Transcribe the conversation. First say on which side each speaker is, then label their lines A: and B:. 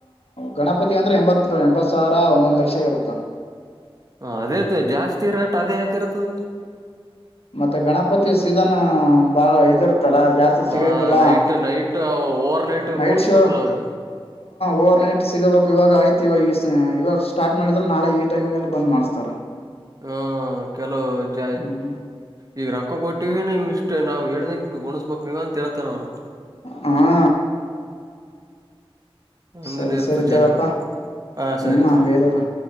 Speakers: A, on the left (about 80°); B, on the right (about 40°).
A: ಗಣಪತಿ ಅಂದ್ರೆ ಎಂಬತ್ ಎಂಬತ್ ಸಾವಿರ ಒಂದೊಂದ್ ಲಕ್ಷ ಇರು <inaudible>
B: ಹ ಅದೇ ಜಾಸ್ತಿ ರೇಟ್ ಅದೇ ಆಗಿರತ
A: ಮತ್ತೆ ಗಣಪತಿಯ ಸೀಸನ್ ಬಾಳ ಇದಿರ್ತ ಜಾಸ್ತಿ
B: ಹ
A: ಸಿಗೋಂಗಿಲ್ಲ
B: night night over
A: night
B: ಕುಣಸ್ಬೇಕಲ್ಲ
A: show
B: ಅವ್ರಿಗೆ
A: ಓವರ್ ನೈಟ್ ಸಿಗಬೇಕಕ್ ಇವಾಗ ಆಯ್ತು ಇವಾಗ ಇವಾಗ ಸ್ಟಾರ್ಟ್ ಮಾಡಿದ್ರೆ ನಾಳೆ ಈ ಟೈಮ್ಲ್ಲಿ ಬಂದ್ ಮಾಡ್ಸ್ತಾರ
B: ಹಾ ಕೆಲವು ಜ
A: ಹ್ಮ್
B: ಈಗ ರೊಕ್ಕ ಕೊಟ್ಟ ಟಿವಿ ನೀವು ಇಷ್ಟೇ ನಾವ್ ಹೇಳ್ದಂ ಗಣ್ಬೇಕಕ್ ನೀವ್ ಅಂತ ಹೇಳ್ತಾರ ಅವ್ರು
A: ಹಾ
B: ಹಂಗನ್
A: ಸರಿ
B: ಇರ್ತದ
A: ಸರಿ
B: ಜನ
A: ತಗಪ್ಪಾ
B: ಹಾ ಸರಿ
A: ಹ್ಮ್
B: ತೋ
A: ಹಂಗದಾರ